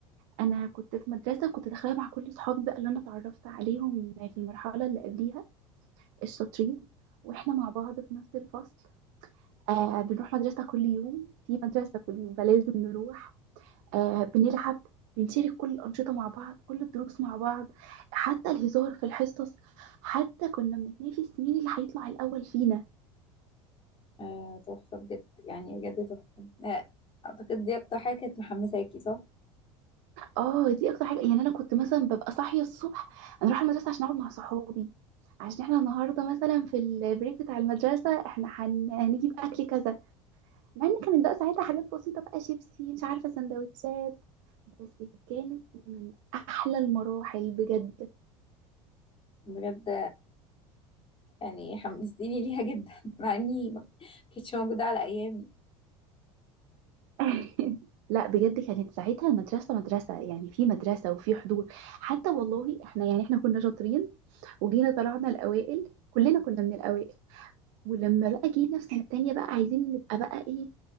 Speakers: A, on the right (about 65°); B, on the left (about 30°).
A: انا كنت في مدرسه كنت داخلها مع كل صحابي بقى اللي انا اتعرفت عليهم في المرحله اللي قبليها الشاطرين واحنا مع بعض في نفس الفصل آه بنروح مدرسه كل يوم في مدرسه كل يوم فلازم نروح آه بنلعب بنشارك كل الأنشطة مع بعض كل الدروس مع بعض حتى الهزار في الحصص حتى كنا بنتنافس مين اللي هيطلع الأول فينا
B: آه، تحفة بجد يعني بجد تحفة آه، اعتقد دي اكتر حاجة كانت محمساكي صح؟
A: اه دي اكتر حاجه يعني انا كنت مثلا ببقى صاحيه الصبح انا اروح المدرسه عشان اقعد مع صحابي عشان احنا النهارده مثلا في البريك بتاع المدرسه احنا هن... هنجيب اكل كذا مع ان كانت بقى ساعتها حاجات بسيطه بقى شيبسي مش عارفه سندوتشات بس كانت من احلى المراحل بجد
B: بجد يعني حمستيني ليها جدا <laughs> مع اني ما كانتش موجودة على ايامي
A: <laughs> لا بجد كانت ساعتها المدرسه مدرسه يعني في مدرسه وفي حضور حتى والله احنا يعني احنا كنا شاطرين وجينا طلعنا الاوائل كلنا كنا من الاوائل ولما بقى جينا في سنة تانية بقى عايزين نبقى بقى ايه